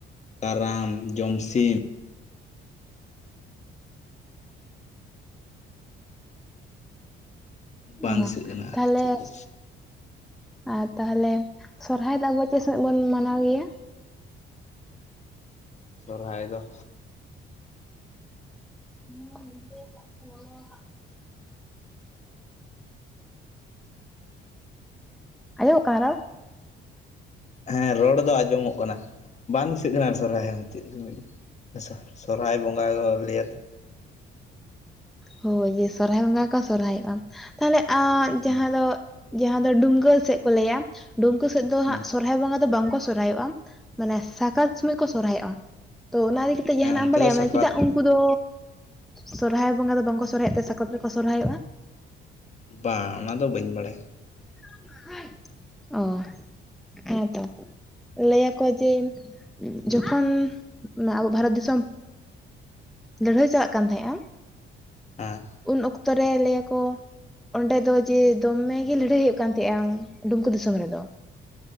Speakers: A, on the left; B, in the centre.
A: ᱠᱟᱨᱟᱢ, ᱡᱚᱢᱥᱤᱢ, ᱵᱟᱝ
B: ᱚ
A: ᱫᱤᱥᱟᱹᱜ ᱠᱟᱱᱟ
B: ᱛᱟᱦᱞᱮ
A: ᱟᱨ ᱪᱮᱫ ᱠᱚ
B: ᱟᱨ ᱛᱟᱦᱚᱞᱮ ᱥᱚᱨᱦᱟᱭ ᱫᱚ ᱟᱵᱚ ᱪᱮᱫ ᱥᱚᱢᱚᱭ ᱵᱚᱱ ᱢᱟᱱᱟᱣ ᱜᱮᱭᱟ?
A: ᱥᱚᱦᱨᱟᱭ ᱫᱚ
B: <inaudible> ᱟᱸᱡᱚᱢᱚᱜ ᱠᱟᱱᱟ ᱨᱚᱲ?
A: <unintelligible> ᱦᱮᱸ ᱨᱚᱲ ᱫᱚ ᱟᱸᱡᱚᱢᱚᱜ ᱠᱟᱱᱟ, ᱵᱟᱝ ᱫᱤᱥᱟᱹᱜ ᱠᱟᱱᱟ ᱥᱚᱨᱦᱟᱭ ᱫᱚ ᱪᱮᱫ ᱥᱚᱢᱚᱭ ᱥᱚᱨᱦᱟᱭ ᱵᱚᱸᱜᱟ ᱫᱚ ᱞᱟᱹᱭᱟ ᱛᱚ,
B: ᱦᱳᱭ ᱡᱮ ᱥᱚᱨᱦᱟᱭ ᱵᱚᱸᱜᱟ ᱜᱮ ᱠᱚ ᱥᱚᱨᱦᱟᱭᱚᱜᱼᱟ, ᱛᱟᱦᱞᱮ ᱟᱨ ᱡᱟᱦᱟᱸ
A: ᱦᱮᱸ
B: ᱫᱚ ᱡᱟᱦᱟᱸ ᱫᱚ ᱰᱩᱢᱠᱟᱹ ᱥᱮᱫ ᱠᱚ ᱞᱟᱹᱭᱟ ᱰᱩᱢᱠᱟᱹ ᱥᱮᱫ ᱫᱚ
A: ᱦᱮᱸ
B: ᱦᱟᱸᱜ ᱥᱚᱨᱦᱟᱭ ᱵᱚᱸᱜᱟ ᱫᱚ ᱵᱟᱝ ᱠᱚ ᱥᱚᱨᱦᱟᱭᱚᱜᱼᱟ ᱢᱟᱱᱮ ᱥᱟᱠᱨᱟᱛ ᱥᱚᱢᱚᱭ ᱠᱚ ᱥᱚᱨᱦᱟᱭᱚᱜᱼᱟ, ᱛᱚ ᱚᱱᱟ ᱤᱫᱤ ᱠᱟᱛᱮᱜ
A: ᱦᱮᱸ
B: ᱡᱟᱦᱟᱸᱱᱟᱜ
A: ᱚᱱᱛᱮ
B: ᱮᱢ ᱵᱟᱲᱟᱭᱟ
A: ᱫᱚ ᱥᱟᱠᱨᱟᱛ
B: ᱢᱟᱱᱮ ᱪᱮᱫᱟᱜ ᱩᱝ ᱩᱝᱠᱩ ᱫᱚ ᱥᱚᱨᱦᱟᱭ ᱵᱚᱸᱜᱟ ᱫᱚ ᱵᱟᱝ ᱠᱚ ᱥᱚᱨᱦᱟᱭᱚᱜ ᱛᱮ ᱥᱟᱠᱨᱟᱛ ᱨᱮᱠᱚ ᱥᱚᱨᱦᱟᱭᱚᱜᱼᱟ᱾
A: ᱵᱟ ᱚᱱᱟᱫᱚ ᱵᱟᱹᱧ ᱵᱟᱲᱟᱭᱟ᱾
B: <unintelligible> ᱚ ᱦᱮᱸᱛᱚ, ᱞᱟᱹᱭ ᱟᱠᱚ ᱡᱮ ᱡᱚᱠᱷᱚᱱ ᱚᱱᱟ ᱟᱵᱚ ᱵᱷᱟᱨᱚᱛ ᱫᱤᱥᱚᱢ, ᱞᱟᱹᱲᱦᱟᱹᱭ ᱪᱟᱞᱟᱜ ᱠᱟᱱ ᱛᱟᱦᱮᱸᱫᱼᱟ,
A: ᱦᱮᱸ
B: ᱩᱱ ᱚᱠᱛᱚ ᱨᱮ ᱞᱟᱹᱭ ᱟᱠᱚ ᱚᱸᱰᱮ ᱫᱚ ᱡᱮ ᱫᱚᱢᱮ ᱜᱤ ᱞᱟᱹᱲᱦᱟᱹᱭ ᱦᱩᱭᱩᱜ ᱠᱟᱱ ᱛᱟᱦᱮᱸ-ᱟ ᱰᱩᱢᱠᱟᱹ ᱫᱤᱥᱚᱢ ᱨᱮᱫᱚ